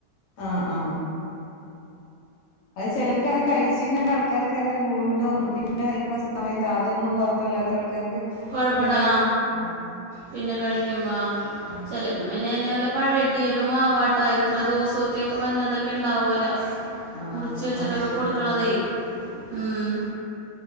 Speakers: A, on the left; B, on the right.
A: ആ ആ അത് ചിലർക്കകഴിച്ച ആൾക്കാർക്കന്നെ വീണ്ടും പിന്നെ കഴിക്കണ സമയത്ത് ആദ്യൊന്നുംഴില്ല ഇല്ലാ ആൾക്കാർക്ക്
B: കുഴപ്പമടാ
A: പിന്നെ കഴിക്കും ആഹ്
B: പിന്നെ കഴിക്കുമ്പോ
A: ആഹ്
B: ചിലപ്പോ പിന്നല പഴകിയതും ആവാട്ടാ ഇത്ര ദോസോ ഒത്തിയൊക്കെ വന്നതൊക്കെ ഉണ്ടാവുമ അല്ല
A: ആഹ്
B: മുറിച്ച
A: അതൊന്നും
B: വെച്ചിട്ടൊക്കെ
A: പറയാൻ പറ്റില്ലല്ലോ
B: കൊടുക്കണതേ
A: അല്ലേ
B: ഉം